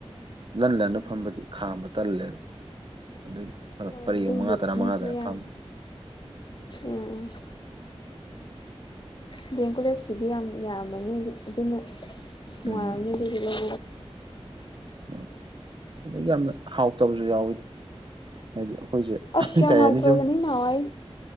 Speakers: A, on the right; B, on the left.
A: ꯂꯟ ꯂꯟꯅ
B: ꯎꯝ
A: ꯐꯝꯕꯗꯤ ꯈꯥꯝꯕ ꯇꯜꯂꯦꯕ ꯑꯗꯨꯒꯤ ꯈꯔ
B: ꯍꯣꯏ
A: ꯄꯔꯦꯡ
B: ꯑꯗꯨꯒꯤ
A: ꯃꯉꯥ ꯇꯔꯥ ꯃꯉꯥ
B: ꯃꯤ ꯈꯔ
A: ꯇꯔꯥ
B: ꯌꯥꯝ
A: ꯐ
B: ꯎꯝ ꯗꯤ ꯑꯦꯝ ꯀꯣꯂꯦꯖꯀꯤꯗꯤ ꯌꯥꯝ ꯌꯥꯝꯕꯅꯤ ꯑꯗꯨꯅ ꯅꯨꯡꯉꯥꯏꯔꯝꯅꯤ
A: ꯎꯝ
B: ꯑꯗꯨꯒꯤ ꯂꯧ
A: ꯍꯣꯏ ꯑꯗꯩ ꯌꯥꯝꯅ ꯍꯥꯎꯇꯕꯁꯨ ꯌꯥꯎꯋꯤꯗ ꯍꯥꯏꯗꯤ ꯑꯩꯈꯣꯏꯁꯦ
B: ꯑꯁ ꯌꯥꯝ
A: ꯀꯩ
B: ꯍꯥꯎꯇ꯭ꯔꯕꯅꯤ
A: ꯍꯥꯏꯅꯤ ꯁꯨꯝ
B: ꯅꯍꯥꯟꯋꯥꯏ